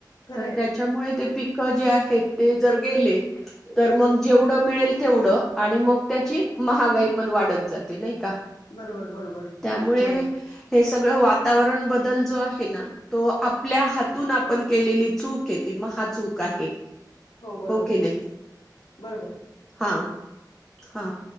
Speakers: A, on the left; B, in the centre.
A: खरंय
B: तर त्याच्यामुळे ते. पिक जे आहेत ते जर गेले तर मग जेवढं मिळेल. तेवढं आणि मग त्याची महागाई पण वाढत जाते, नाही का?
A: बरोबर बरोबर
B: त्यामुळे
A: बरोबर
B: हे सगळं वातावरण बदल जो आहे ना तो आपल्या हातून आपण केलेली चूक आहे ती महाचूक आहे
A: हो बरोबर
B: की नाही
A: बरोबर.
B: हा हा